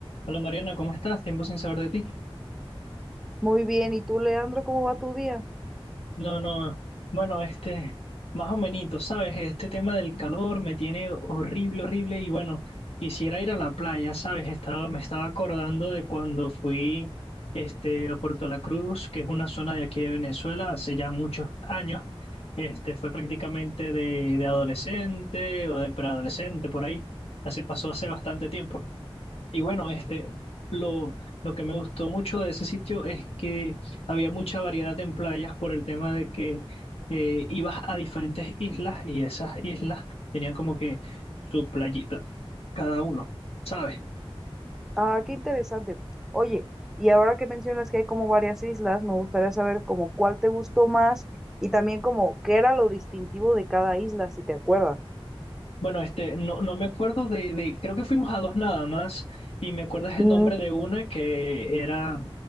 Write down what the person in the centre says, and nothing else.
Muy bien, ¿y tú, Leandro, cómo va tu día?
Ah, qué interesante. Oye, y ahora que mencionas que hay como varias islas, me gustaría saber como cuál te gustó más y también como qué era lo distintivo de cada isla, si te acuerdas.
Mm,